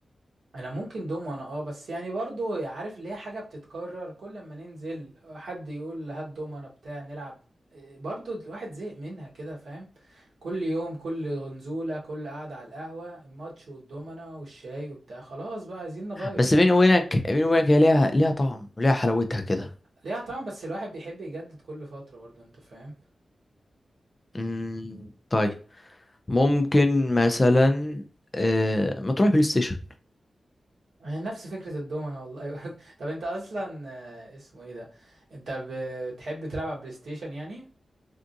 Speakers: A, on the right; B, on the left.
A: انا ممكن دومنة اه بس يعني برضو عارف اللي هي حاجه بتتكرر كل ما ننزل حد يقول هات دومنة بتاع نلعب إيه، برضو الواحد زهق منها كده فاهم كل يوم كل نزوله كل قعده على القهوه الماتش والدومنة والشاي وبتاع خلاص بقى عايزين نغير
B: بس بيني وبينك بيني وبينك هي ليها ليها طعم وليها حلاوتها كده
A: ليها طبعا بس الواحد بيحب يجدد كل فتره برضو انت فاهم
B: أمم، طيب ممكن مثلا آه، ما تروح بلاي ستيشن
A: يعني نفس فكره الدومنة والله <laughs> برضو. طب انت اصلا آه، اسمه ايه ده انت بتحب تلعب على بلاي ستيشن يعني